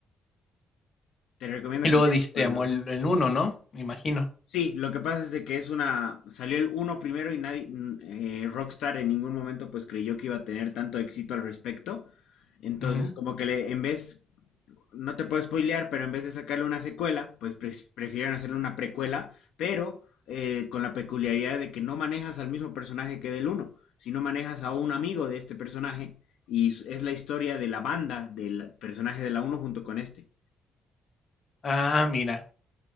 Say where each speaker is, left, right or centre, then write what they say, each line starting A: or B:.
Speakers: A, on the left (about 80°); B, on the left (about 45°).
A: Te recomiendo
B: Y
A: que
B: luego
A: empieces
B: diste
A: por el
B: amor
A: dos.
B: el, el uno, ¿no? Me imagino.
A: Sí, lo que pasa es de que es una... Salió el uno primero y nadie... n- eh, Rockstar en ningún momento pues creyó que iba a tener tanto éxito al respecto. Entonces
B: Ujú.
A: como que le, en vez no te puedo spoilear, pero en vez de sacarle una secuela, pues pref- prefirieron hacerle una precuela, pero eh, con la peculiaridad de que no manejas al mismo personaje que del uno, sino manejas a un amigo de este personaje y s- es la historia de la banda del personaje de la uno junto con este.
B: Ah, mira.